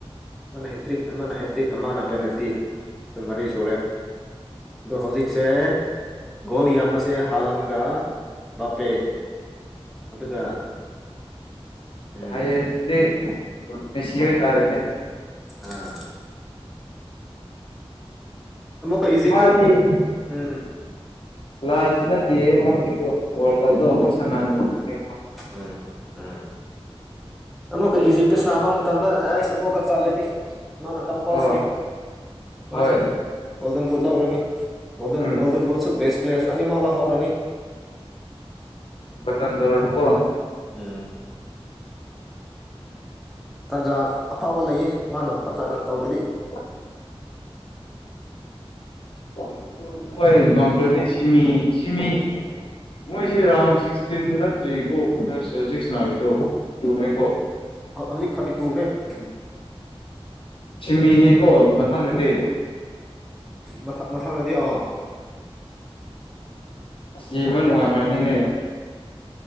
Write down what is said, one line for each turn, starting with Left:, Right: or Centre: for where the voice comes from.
Centre: ꯃꯥꯅ ꯍꯦꯇ꯭ꯔꯤꯛ ꯑꯃꯅ ꯇ꯭ꯔꯤꯛ ꯑꯃꯅ ꯄꯦꯅꯥꯜꯇꯤ ꯑꯗꯨꯝ ꯃꯔꯤ ꯁꯨꯔꯦ ꯑꯗꯣ ꯍꯧꯖꯤꯛꯁꯦ ꯒꯣꯜ ꯌꯥꯝꯕꯁꯦ ꯍꯥꯜꯂꯟꯒ ꯕꯥꯄꯦ ꯑꯗꯨꯒ ꯎꯝ
Left: ꯐꯩꯌꯦ ꯑꯗꯨꯗꯤ ꯃꯦꯁꯤ ꯍꯣꯏ ꯇꯥꯔꯅꯤ
Centre: ꯑꯥ ꯑꯃꯨꯛꯀ ꯏꯖꯤꯞꯇ
Left: ꯃꯥꯗꯤ
Centre: ꯏꯝ ꯎꯝ
Left: ꯂꯥꯁ ꯅꯠꯇꯦ ꯃꯥꯒꯤꯗꯣ ꯋꯥꯔꯜꯗ ꯀꯞꯗꯣ ꯑꯃꯨꯛ ꯁꯅꯥꯅꯤꯡꯉꯦꯌꯦ ꯃꯥ
Centre: ꯎꯝ ꯎꯝ ꯑꯃꯨꯛꯀ ꯏꯖꯤꯞꯇ ꯁꯥꯅꯥꯕ ꯃꯇꯝꯗ ꯑꯦꯁ ꯑꯃꯨꯛꯀ ꯆꯠꯂꯗꯤ ꯃꯥ ꯅ ꯀꯝꯄꯜꯁꯔꯤ
Left: ꯑꯥ
Centre: ꯃꯥꯁꯦ
Left: ꯍꯣꯏ
Centre: ꯒꯣꯜꯗꯟ ꯕꯨꯠ ꯂꯧꯔꯅꯤ ꯒꯣꯜꯗ
Left: ꯎꯝ
Centre: ꯒꯣꯜꯟ ꯕꯨꯠꯁꯨ ꯕꯦꯁ ꯄ꯭ꯂꯦꯌꯔꯁꯨ ꯑꯅꯤ ꯃꯥꯂꯥ ꯍꯧꯔꯅꯤ
Left: ꯂꯟ ꯑꯣꯔꯕꯨ
Centre: ꯎꯝ ꯇꯥꯟꯖꯥ ꯑꯐꯕ ꯂꯩꯌꯦ ꯃꯥꯅ ꯐꯖꯅ ꯇꯧꯔꯗꯤ
Left: ꯎꯝ ꯑꯗꯨ ꯃꯣꯏ ꯉꯝꯄ꯭ꯔꯗꯤ ꯁꯤꯃꯤ ꯁꯤꯃꯤ ꯃꯣꯏꯁꯦ ꯔꯔꯥꯎꯟ ꯁꯤꯛꯁꯇꯤꯟ ꯅꯠꯇ꯭ꯔꯤꯀꯣ ꯍꯧꯖꯤꯛ ꯁꯥꯟꯅꯔꯤꯗꯣ ꯌꯣꯃꯦꯀꯣ
Centre: ꯍꯧꯖꯤꯛ ꯊꯥꯔꯇꯤ ꯇꯨꯅꯦ ꯎꯝ
Left: ꯁꯤꯃꯤꯅꯦꯀꯣ ꯃꯊꯪꯗꯗꯤ
Centre: ꯃ ꯃꯊꯪꯗꯗꯤ ꯑ
Left: ꯑꯁ ꯌꯕ ꯅꯨꯡꯉꯥꯏꯈ꯭ꯔꯅꯤꯅꯦ